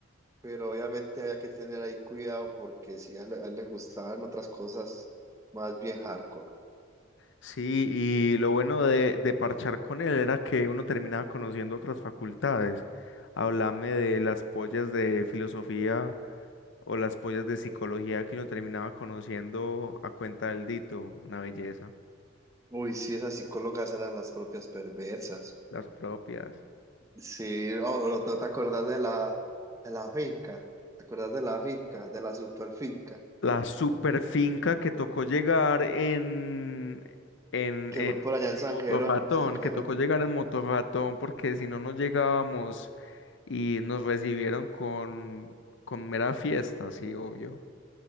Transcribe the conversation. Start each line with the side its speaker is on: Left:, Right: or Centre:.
Right: pero obviamente había que tener ahí cuidado porque si a él, a él le gustaban otras cosas más bien hardcore.
Left: Sí, y lo bueno de, de parchar con él era que uno terminaba conociendo otras facultades. Háblame de las pollas de filosofía o las pollas de psicología que uno terminaba conociendo a cuenta del Dito, una belleza,
Right: Uy, sí, esas psicólogas eran las propias perversas.
Left: las propias.
Right: Sí, oh, ¿no te acuerdas de la, de la finca? ¿Te acuerdas de la finca, de la super finca?
Left: La super finca que tocó llegar en, en,
Right: Que
Left: en,
Right: fue por allá
Left: en
Right: en San
Left: Motorratón,
Right: Jerónimo, San Jerónimo.
Left: que tocó llegar en Motorratón porque si no, no llegábamos y nos recibieron con, con mera fiesta, sí, obvio.